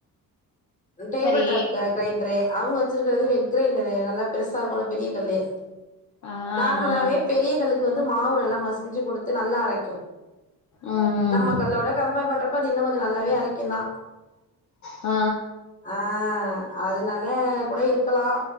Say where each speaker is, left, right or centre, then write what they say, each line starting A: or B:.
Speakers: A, on the left (about 20°); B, on the left (about 55°).
A: டேபுள்
B: சரி
A: டாப் அ கிரைண்டுரு அவுங்க வச்சுருக்கிறது வெட் கிரைண்டரு நல்லா பெருசா இருக்குல பெரிய கல்லு
B: ஆ
A: நார்மலாவே
B: ஆ
A: பெரிய கல்லுக் கு வந்து மாவு நல்லா மசிஞ்சு குடுத்து நல்லா அரைக்கு
B: ஆ ம்
A: நம்ம கல்லோட கம்பேர் பண்றப்ப அது இன்னு கொஞ்ச நல்லாவே அரைக்குந்தா
B: ஆ
A: ஆ அதனால கூட இருக்கலா